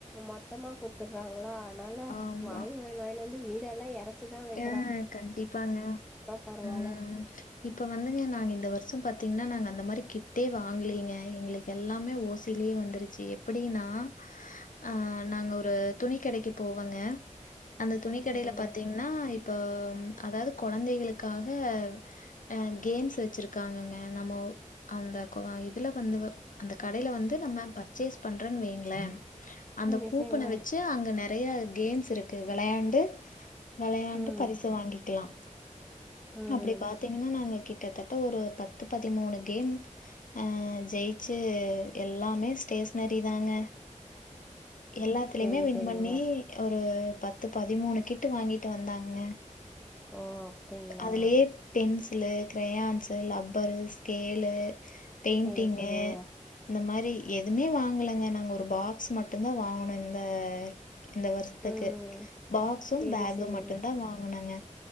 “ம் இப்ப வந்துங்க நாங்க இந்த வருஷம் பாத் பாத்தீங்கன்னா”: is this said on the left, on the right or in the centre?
Left